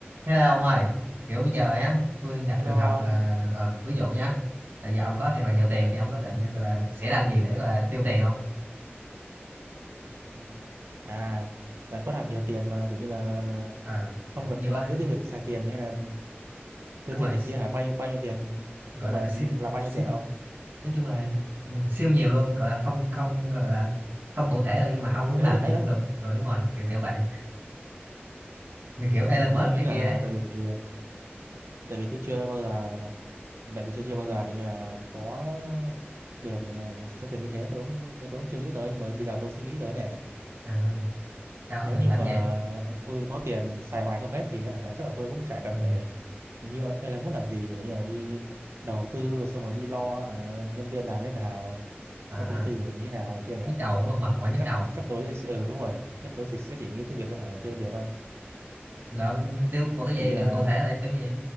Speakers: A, on the right; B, on the right.
A: Hello ông ơi, kiểu bây giờ á, tôi đặt
B: Hello
A: trường hợp
B: ông.
A: là ờ, ví dụ nhá, là giờ ông có thiệt là nhiều tiền thì ông có định gọi là sẽ làm gì để gọi là tiêu tiền không?
B: Ừ. À, là có thật nhiều tiền mà kiểu như là
A: À,
B: không
A: kiểu
B: cần
A: như ơi,
B: lo nghĩ tới việc xài tiền hay là
A: đúng
B: tiêu tiền
A: rồi,
B: này kia hả? Bao nhiêu bao nhiêu tiền
A: gọi
B: nhưng
A: là
B: mà
A: siêu
B: là bao
A: siêu
B: nhiêu tiền hả ông?
A: nói chung là ừ, siêu nhiều luôn, gọi là không không gọi là không cụ thể được nhưng mà ông
B: Không
A: muốn
B: đếm
A: làm
B: được hết
A: gì cũng
B: đó
A: được. Ờ đúng rồi, kiểu kiểu vậy. Như kiểu Elon
B: Ờ,
A: Musk
B: tôi
A: này
B: nghĩ là
A: kia ấy.
B: tại vì tại vì tôi chưa bao giờ tại vì tôi chưa bao giờ kiểu như là có được ờ, số tiền như thế tôi cũng nên tôi cũng chưa nghĩ tới nhưng mà bây giờ tôi sẽ nghĩ tới nè.
A: À, sao ông
B: Nếu
A: định
B: như
A: làm
B: mà
A: gì?
B: tôi có tiền xài hoài không hết thì hả, chắc là tôi cũng chả cần
A: Ừ,
B: phải như Elon Musk làm gì có nghĩa là đi đầu tư xong rồi đi lo hả, nhân viên làm thế nào
A: à,
B: lo công ty của mình như thế nào này kia nhỉ
A: nhức đầu đúng không? Mệt mỏi nhức
B: chắc
A: đầu.
B: chắc, chắc tôi sẽ ừ đúng rồi chắc tôi sẽ, sẽ chỉ nghĩ tới việc là hả, tiêu tiền thôi
A: Là ông tiêu vào cái gì?
B: kiểu như
A: Kiểu
B: là
A: cụ thể là tiêu gì?